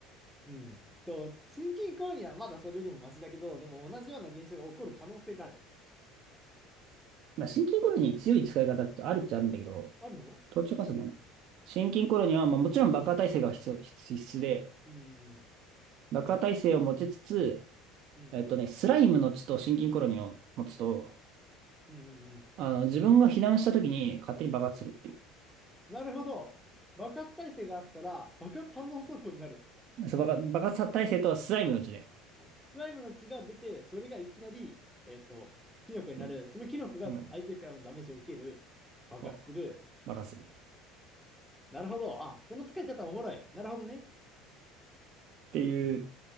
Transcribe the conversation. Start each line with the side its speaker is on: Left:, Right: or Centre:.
Centre: うん。と、心筋梗にはまだそれよりもマシだけど、でも同じような現象が起こる可能性がある。
Right: まあ、新銀コロニに強い使い方ってあるっちゃあるんだけど、
Centre: あるの
Right: 冬虫夏草の新銀コロニーは、まあ、もちろん爆破耐性が必要、必必須で、
Centre: うん。
Right: 爆破耐性を持ちつつ、
Centre: うんうん。
Right: えっとね、スライムの血と心筋コロニーを持つと、
Centre: うんうんうん。
Right: あの、自分が避難した時に勝手に爆発するってい
Centre: なるほど。爆発耐性があったら、爆発反応走行になる。
Right: う。そう、爆発、爆発耐性とスライムの血で。
Centre: うんスライムの血が出て、それがいきなり、えっと、キノコになる。
Right: うん
Centre: そのキノコが相手からのダメージを受ける。
Right: うん
Centre: 爆発する。
Right: そう任すっ
Centre: なるほど。あ、その使い方おもろい。なるほどね。
Right: ていう、